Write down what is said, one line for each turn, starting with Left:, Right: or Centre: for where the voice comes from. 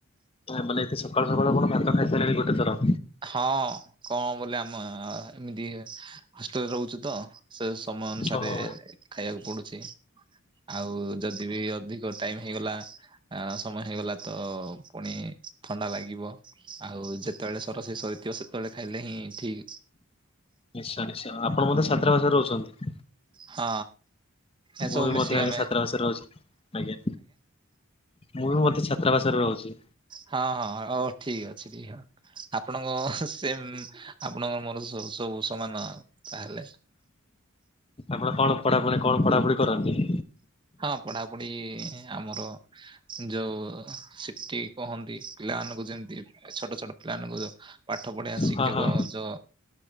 Left: ମାନେ ଏତେ ସକାଳୁ ସକାଳୁ କଣ ଭାତ ଖାଇସାରିଲେଣି ଗୋଟେଥର।
Right: ହଁ କଣ ବୋଲେ ଆମ ଏମିତି ହଷ୍ଟେଲରେ ରହୁଚୂ ତ ସେ ସମୟ ଅନୁସାରେ
Left: ଓହୋ
Right: ଖାଇବାକୁ ପଡୁଚି। ଆଉ ଯଦି ବି ଅଧିକ ଟାଇମ ହେଇଗଲା ଆ ସମୟ ହେଇଗଲା ତ ପୁଣି ଥଣ୍ଡା ଲାଗିବ ଆଉ ଯେତେବେଳେ ରୋଷେଇ ସରିଥିବ ସେତେବେଳେ ଖାଇଲେ ହିଁ ଠିକ।
Left: ନିଶ୍ଚୟ ନିଶ୍ଚୟ ଆପଣ ବୋଧେ ଛାତ୍ରା ବାଷାରେ ରହୁଚନ୍ତି?
Right: ହଁ। ଏସବୁ
Left: ମୁଁ ବି ମଧ୍ୟ
Right: ମିଶିକି
Left: ଆଜ୍ଞା
Right: ଆମେ
Left: ଛାତ୍ରା ବାସରେ ରହୁଚି ଆଜ୍ଞା। ମୁଁ ବି ମତେ ଛାତ୍ରାସରେ ରହୁଚି।
Right: ହଁ ହଁ ହଉ ଠିକ ଅଛି ଦିକ ହ ଆପଣଙ୍କ ସେମ ଆପଣଙ୍କ ମୋର ସବୁ ସମାନ ତାହେଲେ
Left: ଆପଣ କଣ ପଢାପଢି କଣ ପଢାପଢି କରନ୍ତି?
Right: ହଁ ପଢାପଢି ଆମର ଯୋଉ ସିଟି କୁହନ୍ତି। ପିଲାମାନଙ୍କୁ ଯେମିତି ଛୋଟ ଛୋଟ ପିଲାମାନଙ୍କୁ ଯୋ ପାଠ ପଢିଆ ଶିକ୍ଷକ
Left: ହଁ ହଁ
Right: ଯୋ